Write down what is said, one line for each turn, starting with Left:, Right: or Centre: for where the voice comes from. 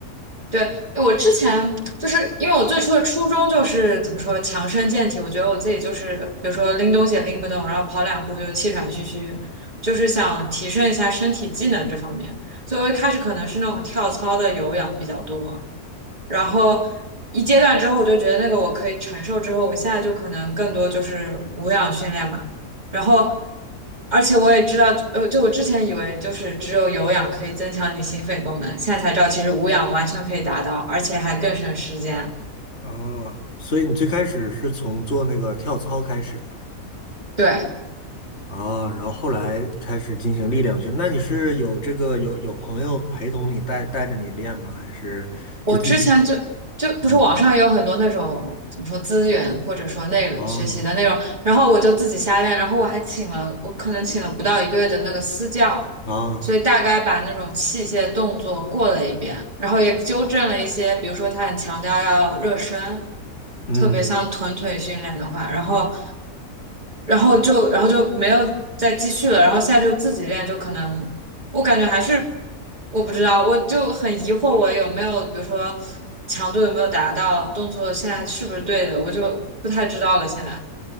Right: 对，我之前就是因为我最初的初衷就是怎么说强身健体，我觉得我自己就是比如说拎东西也拎不动，然后跑两步就气喘吁吁，就是想提升一下身体机能这方面。所以我一开始可能是那种跳操的有氧比较多，然后一阶段之后，我就觉得那个我可以承受，之后我现在就可能更多就是无氧训练嘛。然后，而且我也知道，呃，就我之前以为就是只有有氧可以增强你心肺功能，现在才知道其实无氧完全可以达到，而且还更省时间。
Left: 哦，所以你最开始是从做那个跳操开始的。
Right: 对，
Left: 啊，然后后来开始进行力量训。那你是有这个有有朋友陪同你带带着你练吗？还是就自己？
Right: 我之前就就不是网上也有很多那种怎么说资源或者说内容学习的内容，
Left: 嗯，啊
Right: 然后我就自己瞎练，然后我还请了我可能请了不到一个月的那个私教，
Left: 啊，
Right: 所以大概把那种器械动作过了一遍，然后也纠正了一些，比如说他很强调要热身，
Left: 嗯，
Right: 特别像臀腿训练的话，然后然后就然后就没有再继续了，然后现在就自己练，就可能。我感觉还是我不知道，我就很疑惑，我有没有比如说强度有没有达到，动作现在是不是对的，我就不太知道了现在。